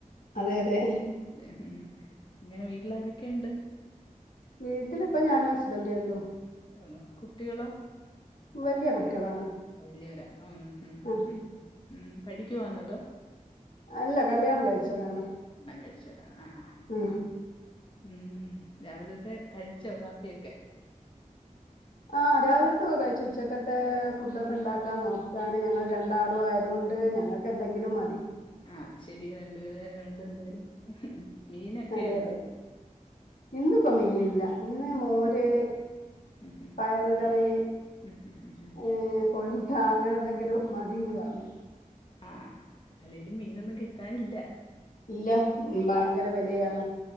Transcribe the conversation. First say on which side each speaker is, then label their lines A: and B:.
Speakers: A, on the left; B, on the left.
A: അതെ അതെ.
B: മ്മ് ഇങ്ങളെ വീട്ടില് ആരൊക്കെയുണ്ട്?
A: വീട്ടിലിപ്പം ഞാനു ഹസ്ബന്റേ ഉള്ളു
B: ന്നാ കുട്ടികളോ
A: വല്യ കുട്ടികളാണ്.
B: വലിയവരാ മ്മ് മ്മ്
A: ഉം
B: മ്മ് മ്മ് പഠിക്കുവാന്നോ അതോ?
A: അല്ല കല്യാണം കഴിച്ചതാണ്.
B: കല്യാണം കഴിച്ചവരാ ആഹ് ആഹ്
A: ഉം
B: ആഹ്‌ മ്മ് മ്മ് രാവിലത്തെ കഴിച്ചോ കാപ്പിയൊക്കെ
A: ആഹ് രാവിലത്തൊക്കെ കഴിച്ചു ഉച്ചക്കത്തെ ഫുഡ് ഒക്കെ ഉണ്ടാക്കാൻ നോക്കയാണ് ഞങ്ങൾ രണ്ടാളും ആയത് കൊണ്ട് ഞങ്ങൾ എന്തെങ്കിലും മതി
B: ആഹ് അത് ശെരി രണ്ട് പേര് ആയോണ്ട് എന്തായാലും മീനൊക്കെ
A: അതെ
B: ഉണ്ടോ
A: അതെ ഇന്നിപ്പോ മീനില്ല ഇന്ന് മോര്
B: ഹും, ഹും.
A: പയറ് കറി
B: ഹും, ഹും, ഹും, ഹും.
A: മ്മ് കോഴിമുട്ട അങ്ങനെ എന്തെങ്കിലും മതീന്ന് പറഞ്ഞു
B: ആഹ് അല്ലേലും മീനൊന്നും കിട്ടാനില്ല
A: ഇല്ല മ്മ് ഭയങ്കര വിലയാണ്